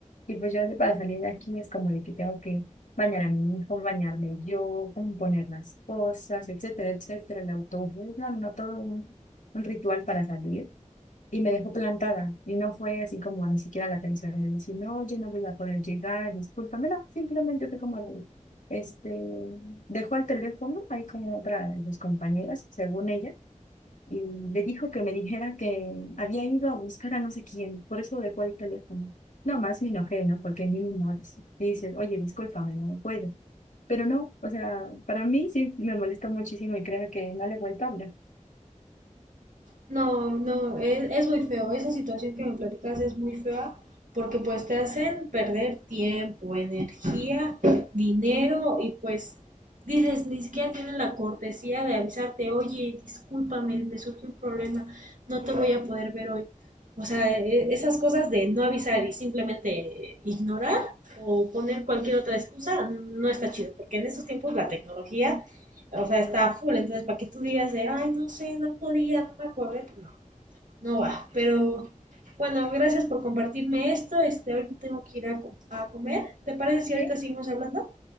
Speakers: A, on the left; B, on the right.
A: Y pues yo para salir de aquí es como de que tengo que bañar a mi hijo, bañarme yo, poner las cosas, etcétera, etcétera, el autobús, no, no, todo un, un ritual para salir. Y me dejó plantada y no fue así como ni siquiera la atención de decir, no, oye, no voy a poder llegar, discúlpame, no, simplemente fue como de, este, dejó el teléfono ahí con otra de sus compañeras, según ella y le dijo que me dijera que había ido a buscar a no sé quién, por eso dejó el teléfono. No más me enojé, ¿no? Porque ni no es- y dices, oye, discúlpame, no puedo. Pero no, o sea, para mí sí me molesta muchísimo y créeme que no le he vuelto a hablar.
B: No, no, es, es muy feo. Esa situación que me platicas es muy fea porque pues te hacen perder tiempo, energía, dinero y pues dices, ni siquiera tienen la cortesía de avisarte, oye, discúlpame, me surgió un problema, no te voy a poder ver hoy. O sea, e- esas cosas de no avisar y simplemente ignorar o poner cualquier otra excusa no está chido porque en estos tiempos la tecnología o sea, está full. Entonces, para que tú digas de, ay, no sé, no podía, no me acordé, no, no va. Pero bueno, gracias por compartirme esto. Este, ahorita tengo que ir a, co- a comer. ¿Te parece si
A: Sí,
B: ahorita seguimos hablando?